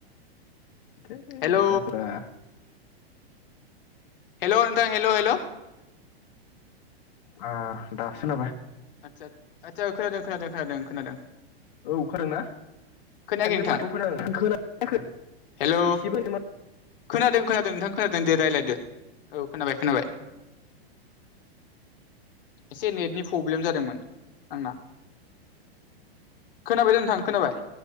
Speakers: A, on the left; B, on the left.
A: ओमफ्राय
B: हेल'
A: मा जादोंरा
B: हेल' नोंथां हेल' हेल'
A: आ दासो खोनाबाय
B: आदसा आचसा खोनादों खोनादों खोनादों खोनादों
A: औ खानादों ना?
B: खोनायाखै
A: दानि
B: नोंथां
A: माथोखौ खोनायाखै आं खोनायाखै
B: हेल'
A: एसेबो नामा?
B: खोनादों खोनादों नोंथां खोनादों दे रायज्लायदो औ खोनाबाय खोनाबाय। एसे नेटनि प्रब्लेम जादोंमोन आंना खोनाबाय दा नोंथां खोनाबाय।